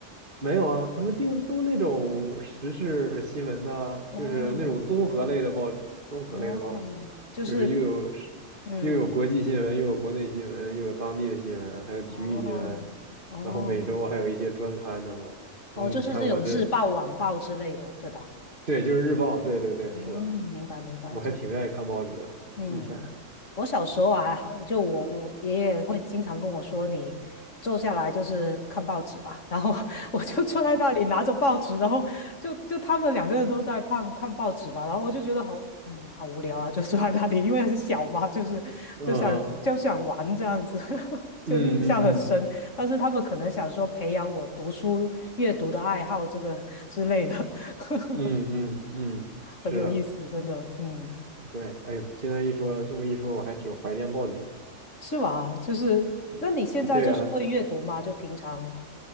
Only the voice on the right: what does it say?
没有啊，他们订都那种时事新闻呐、
就是那种综合类的报纸，综合类的报纸，
就是又有时又有国际新闻，
又有国内新闻，又有当地的新闻，还有体育新闻，
然后每周还有一些专刊等等。
嗯，
看我这，
对，就是日报，对对对，
是的，
我还挺愿意看报纸的，
以前，
嗯哼，
嗯嗯嗯
嗯嗯嗯，
是的，
对，哎呦，现在一说这么一说，我还挺怀念报纸。
呃，
对啊，